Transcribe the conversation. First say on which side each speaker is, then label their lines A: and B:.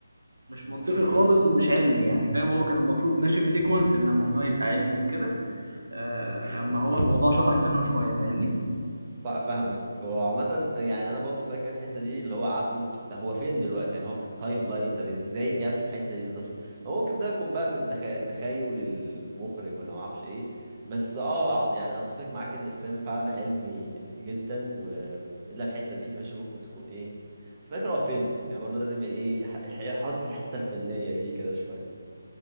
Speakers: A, on the right; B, on the right.
A: مش منطقي خالص ومش علمي يعني فاهم هو كان المفروض ماشي في سيكونس ان الموضوع يبقى علمي وكده آه، اما هو الموضوع شطح منه شوية فاهمني؟
B: صح فاهمك وعامة يعني انا برضو فاكر الحتة دي اللي هو قعدت قلت ده هو فين دلوقتي يعني هو في التايم لاين طب ازاي جه في الحتة دي بالظبط فممكن ده يكون بقى من تخ... تخيل المخرج ولا ما اعرفش ايه بس اه أع- يعني انا اتفق معاك ان الفيلم فعلا علمي جدا و الا الحتة دي ماشي ممكن تكون ايه بس فاكر هو فيلم يعني برضو لازم ايه يح- يح- يحط الحتة الفنية فيه كده شوية